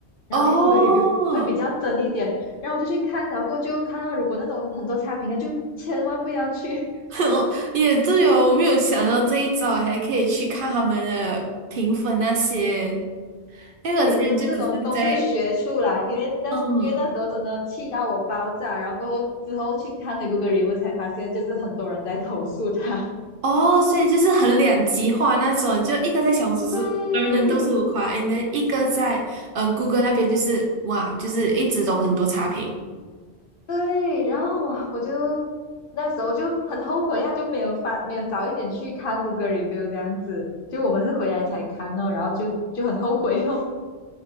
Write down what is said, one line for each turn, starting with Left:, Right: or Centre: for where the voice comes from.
Left: 然后因为
Right: 哦，
Left: Google review 会比较真一点，然后我就去看，然后过后就看到如果那种很多差评的，就千万不要去。<laughs>
Right: <laughs> 也对哦，我没有想到这一招，还可以去看他们的评分那些，因为我之前就只是在，
Left: 诶，都这种都是学出来，因为那因为那时候真的气到我爆炸，
Right: 嗯，
Left: 然后过后之后去看回 Google review 才发现，就是很多人在投诉他。
Right: 哦，所以就是很两极化那种，就一个在小红书是人人都是五夸，and
Left: <laughs> 对，
Right: then 一个在嗯谷歌那边就是哇，就是一直都很多差评，
Left: 对，然后哇，我就那时候就很后悔啊，就没有发，没有早一点去看 Google review 这样子，就我们是回来才看哦，然后就就很后悔哦。